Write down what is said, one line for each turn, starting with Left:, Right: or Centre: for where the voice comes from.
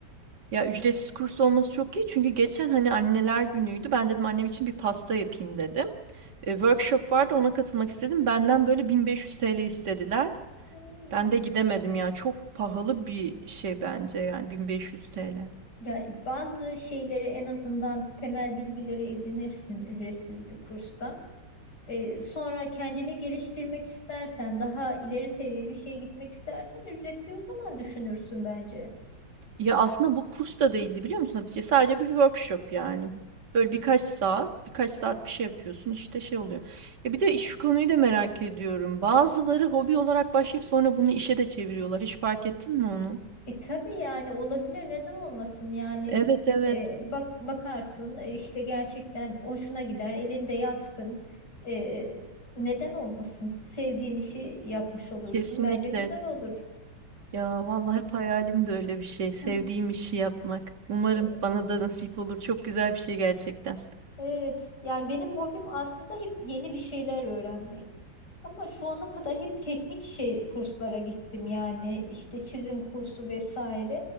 Right: Ya ücretsiz kurs olması çok iyi çünkü geçen hani anneler günüydü. Ben dedim annem için bir pasta yapayım dedim. E, workshop vardı ona katılmak istedim. Benden böyle 1500 TL istediler.
Left: Hmm.
Right: Ben de gidemedim ya. Çok pahalı bir şey bence yani 1500 TL.
Left: Ya bazı şeyleri en azından temel bilgileri edinirsin ücretsiz bir kursta. E, sonra kendini geliştirmek istersen, daha ileri seviye bir şeye gitmek istersen ücretli o zaman düşünürsün bence.
Right: Ya aslında bu kurs da değildi biliyor musun Hatice? Sadece bir workshop yani. Böyle birkaç saat, birkaç saat bir şey yapıyorsun işte şey oluyor. Ya bir de şu konuyu da merak ediyorum. Bazıları hobi olarak başlayıp sonra bunu işe de çeviriyorlar. Hiç fark ettin mi onu?
Left: E tabii yani olabilir neden olmasın yani
Right: Evet evet.
Left: e, bak bakarsın e, işte gerçekten hoşuna gider elinde yatkın E, neden olmasın sevdiğin işi yapmış olursun
Right: Kesinlikle.
Left: bence güzel olur.
Right: Ya vallahi hep hayalim de öyle bir şey. Sevdiğim
Left: <laughs>
Right: işi yapmak. Umarım
Left: E,
Right: bana da nasip olur. Çok güzel bir şey gerçekten.
Left: Evet yani benim hobim aslında hep yeni bir şeyler öğrenmek ama şu ana kadar hep teknik şey kurslara gittim yani işte çizim kursu vesaire